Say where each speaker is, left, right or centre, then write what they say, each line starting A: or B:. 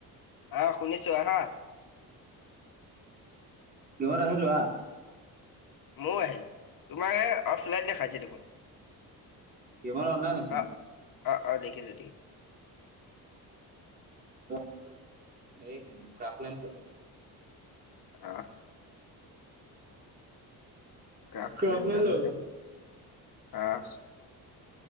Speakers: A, on the left; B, on the right.
A: অ', শুনিছোঁ আহা।
B: গেমট আহিলো আহ।
A: ময়ো আহিলোঁ <inaudible> তোমাৰে অফলাইন দেখাইছে দেখোন?
B: গেমট অনলাইন <unintelligible>
A: অ <unintelligible> অ-অ! দেখিছোঁ-দেখিছোঁ।
B: <unintelligible> খেলিম <unintelligible> এই গ্ৰাফ লাইন খেলো।
A: অ <inaudible> গ্ৰাফ
B: ক্ৰাফলেন
A: <inaudible> <unintelligible>
B: লগা